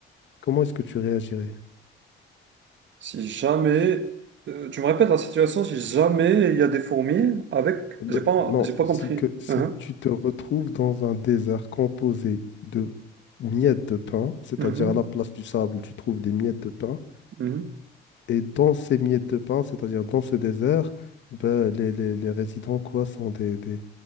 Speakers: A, on the left; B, on the right.
A: Comment est-ce que tu réagirais?
B: Si jamais, euh, tu me répètes la situation, si jamais il y a des fourmis avec,
A: Bah,
B: j'ai pas,
A: Non,
B: j'ai pas
A: si,
B: compris.
A: que, si
B: Mhm,
A: tu te retrouves dans un désert composé de miettes de pain, c'est-à-dire
B: mhm,
A: à la place du sable, tu trouves des miettes de pain,
B: mhm.
A: et dans ces miettes de pain, c'est-à-dire dans ce désert, bah, les, les- les résidents quoi, sont des, des,